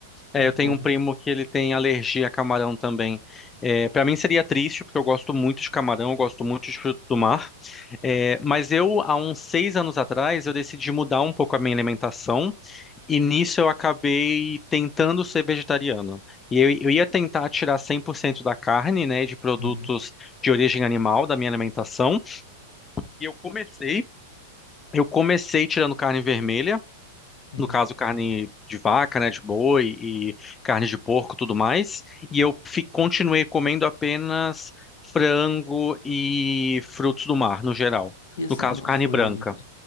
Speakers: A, on the left; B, on the left.
A: É,
B: Aí É
A: eu
B: foda.
A: tenho um primo que ele tem alergia a camarão também. É, para mim seria triste, porque eu gosto muito de camarão, eu gosto muito de fruto do mar. É, mas eu, há uns seis anos atrás, eu decidi mudar um pouco a minha alimentação. E nisso eu acabei tentando ser vegetariano. E eu, eu ia tentar tirar 100% da carne, né, de produtos
B: Uhum,
A: de origem animal da minha alimentação. E eu comecei, eu comecei tirando carne vermelha,
B: uhum.
A: no caso carne de vaca, né, de boi e carne de porco, tudo mais. E eu fi- continuei comendo apenas frango e frutos do mar, no geral.
B: E assim,
A: No caso,
B: não
A: carne
B: foi,
A: branca.